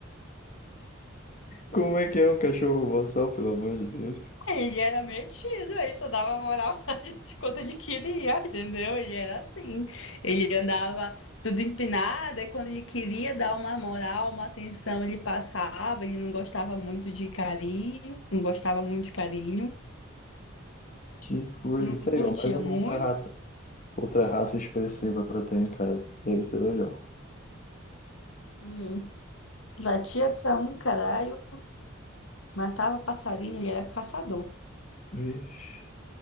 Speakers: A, on the left; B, on the left.
A: Como é que é um cachorro boçal, pelo amor de Deus?
B: Ele era metido, ele só dava moral <laughs> pra gente quando ele queria, entendeu? Ele era assim. Ele andava tudo empinado, e quando ele queria dar uma moral, uma atenção, ele passava, ele não gostava muito de carinho, não gostava muito de carinho,
A: Que coisa.
B: não
A: Tá
B: curtia
A: aí, ó, mais uma
B: muito,
A: outra raça, outra raça expressiva pra ter em casa. Deve ser legal.
B: não. Batia pra um caralho, matava passarinho, ele era caçador.
A: Vixe.